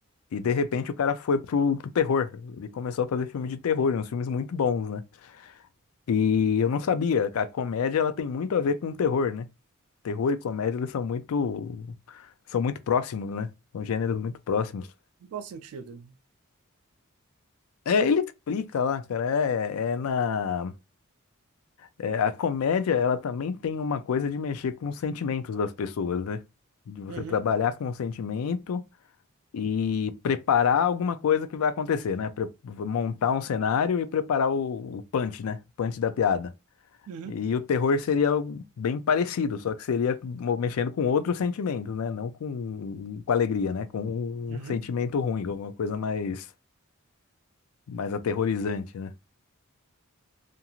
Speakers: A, on the left; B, on the right.
A: E de repente o cara foi pro, pro terror. Ele começou a fazer filme de terror, uns filmes muito bons, né? E eu não sabia, a comédia ela tem muito a ver com o terror, né? Terror e comédia eles são muito são muito próximos, né? São gêneros muito próximos.
B: Em qual sentido?
A: É, ele explica lá, cara. É, é na é, a comédia, ela também tem uma coisa de mexer com os sentimentos das pessoas, né? De você
B: Uhum,
A: trabalhar com o sentimento e preparar alguma coisa que vai acontecer, né? Pre- montar um cenário e preparar o, o punch, né? O Punch da piada.
B: uhum,
A: E o terror seria algo bem parecido, só que seria mo- mexendo com outros sentimentos, né? Não com, com alegria, né? Com
B: uhum.
A: um sentimento ruim, alguma coisa mais mais aterrorizante, né?